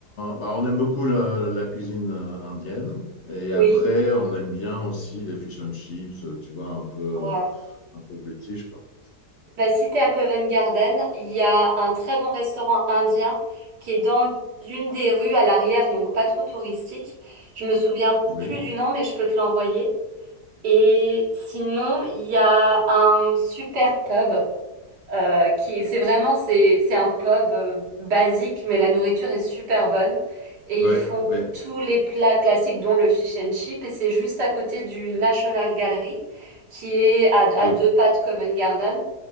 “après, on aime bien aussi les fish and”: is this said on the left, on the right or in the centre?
Left